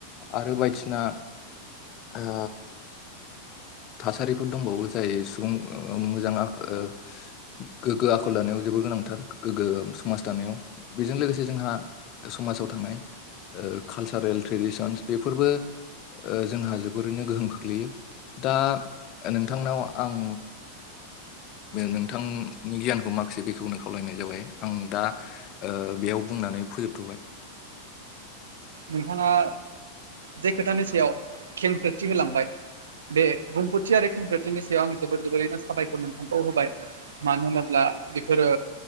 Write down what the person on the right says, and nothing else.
नोंथाङा जे खोथानि सायाव खेंफोरथि होलांबाय बे बुंफोरथि आरो खेंफोर थिनि सायाव आं जोबोद जोबोरैनो साबायखर नोंथांखौ होबाय मानो होनोब्ला बेफोरो